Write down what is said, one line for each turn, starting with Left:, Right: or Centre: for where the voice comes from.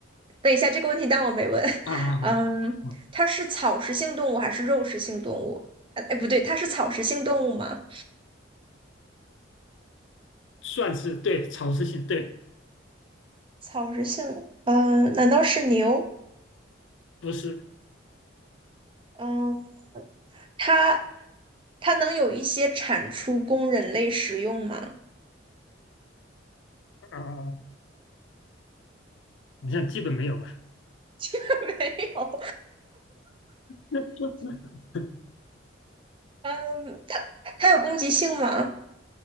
Right: 等一下，这个问题当我没问。
Left: 啊啊啊，
Right: <laughs> 嗯，
Left: 啊
Right: 它是草食性动物还是肉食性动物？呃哎，不对，它是草食性动物吗？
Left: 算是对草食性，对，
Right: 草食性，嗯，难道是牛？
Left: 不是
Right: 嗯，它它能有一些产出供人类食用吗？
Left: 啊，好像基本没有吧？
Right: <laughs> 没有。
Left: <laughs>
Right: 嗯，它它有攻击性吗？